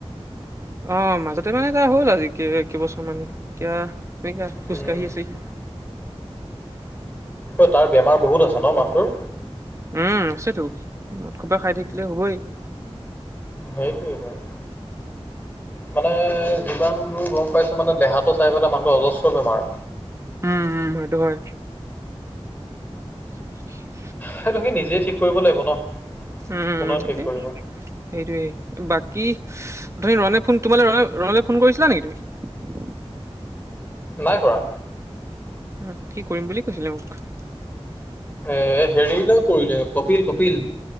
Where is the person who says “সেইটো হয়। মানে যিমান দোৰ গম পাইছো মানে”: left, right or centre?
Left